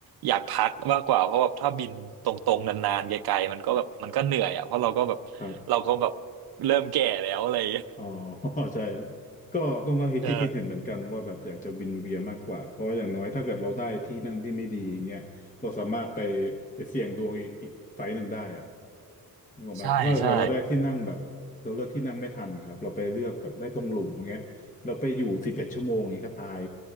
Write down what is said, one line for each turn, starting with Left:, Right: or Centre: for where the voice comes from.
Right: อยากพักมากกว่าเพราะแบบถ้าบินตรงๆนานๆไกลๆมันก็แบบมันก็เหนื่อยอ่ะ เพราะเราก็แบบ
Left: ครับ
Right: เราก็แบบเริ่มแก่แล้วอะไรอย่างเงี้ย
Left: อ๋อ <laughs> ใช่ก็ต้องก็คิดคิดคิดเห็นเหมือนกันว่าแบบอยากจะวินเวียนมากกว่าเพราะอย่างน้อยถ้าเกิดเราได้ที่นั่งที่ไม่ดีอย่างเงี้ยเราสามารถไป
Right: ใช่
Left: ไปเสี่ยงดวงอีกอีกไฟล์หนึ่งได้อะนึกออกไหมถ้าเกิดเราได้ที่นั่งแบบเราเลือกที่นั่งไม่ทันครับเราไปเลือกแบบได้ตรงหลุมเงี้ยเราไปอยู่สิบเอ็ดชั่วโมงอย่างเงี้ยก็ตาย
Right: ใช่ใช่